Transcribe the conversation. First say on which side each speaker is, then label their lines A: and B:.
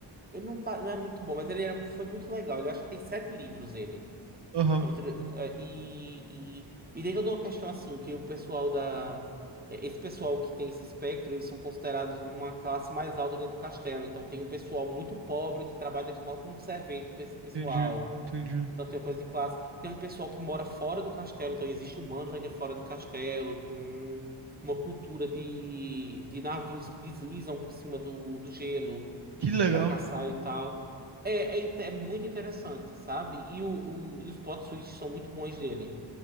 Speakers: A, on the right (about 20°); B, on the right (about 60°).
A: Ele não, tá- não é muito bom, mas ele era- foi muito legal. Ele acho que tem sete livros ele.
B: Aham,
A: É uma trilha- é, e, e, e tem toda uma questão assim, que o pessoal da. é, Esse pessoal que tem esse espectro, eles são considerados uma classe mais alta dentro do castelo. Então tem um pessoal muito pobre que trabalha só como servente com esse pessoal.
B: entendi, entendi.
A: Então tem uma coisa de classe. Tem um pessoal que mora fora do castelo, então existem humanos ainda fora do castelo, com uma cultura de, de navios que deslizam por cima do, do gelo
B: Que legal.
A: pra caçar e tal. É, é, inte- é muito interessante, sabe? E, o, o- e os plot twists são muito bons dele.